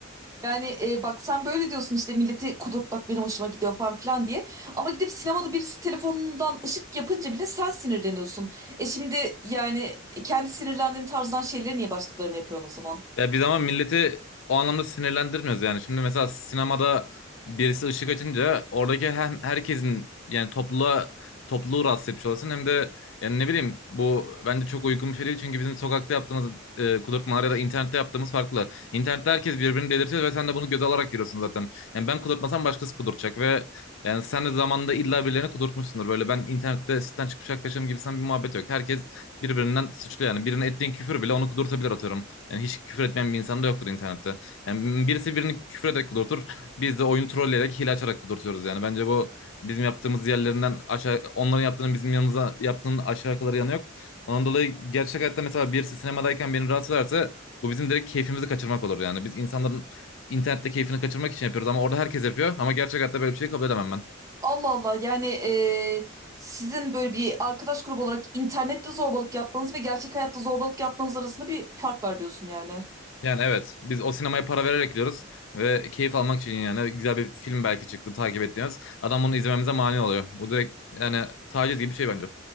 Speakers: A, on the right; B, on the left.
A: Yani e, bak sen böyle diyorsun işte milleti kudurtmak benim hoşuma gidiyor falan filan diye. Ama gidip sinemada birisi telefonundan ışık yapınca bile sen sinirleniyorsun. E şimdi yani e, kendi sinirlendiğin tarzdan şeyleri niye başkalarına yapıyorsun o zaman?
B: Ya bir zaman milleti o anlamda sinirlendirmiyoruz yani. Şimdi mesela sinemada birisi ışık açınca oradaki hem herkesin yani topluluğa topluluğu rahatsız etmiş olasın hem de yani ne bileyim bu bence çok uygun bir şey değil çünkü bizim sokakta yaptığımız e, kudurtmalar ya da internette yaptığımız farklı. İnternette herkes birbirini delirtiyor ve sen de bunu göze alarak giriyorsun zaten. Yani ben kudurtmasam başkası kudurtacak ve yani sen de zamanında illa birilerini kudurtmuşsundur. Böyle ben internette sitten çıkmış arkadaşım gibisinden bir muhabbet yok. Herkes birbirinden suçlu yani. Birine ettiğin küfür bile onu kudurtabilir atıyorum. Yani hiç küfür etmeyen bir insan da yoktur internette. Yani birisi birini küfür ederek kudurtur. Biz de oyunu trolleyerek, hile açarak kudurtuyoruz yani. Bence bu bizim yaptığımız yerlerinden aşağı, onların yaptığının bizim yanımıza yaptığının aşağı kalır yanı yok. Ondan dolayı gerçek hayatta mesela birisi sinemadayken beni rahatsız ederse bu bizim direkt keyfimizi kaçırmak olur yani. Biz insanların internette keyfini kaçırmak için yapıyoruz ama orada herkes yapıyor. Ama gerçek hayatta böyle bir şey kabul edemem ben.
A: Allah Allah yani e, sizin böyle bir arkadaş grubu olarak internette zorbalık yapmanız ve gerçek hayatta zorbalık yapmanız arasında bir fark var diyorsun yani.
B: Yani evet biz o sinemaya para vererek gidiyoruz ve keyif almak için yani güzel bir film belki çıktı takip ettiğimiz. Adam bunu izlememize mani oluyor. Bu direkt yani taciz gibi bir şey bence.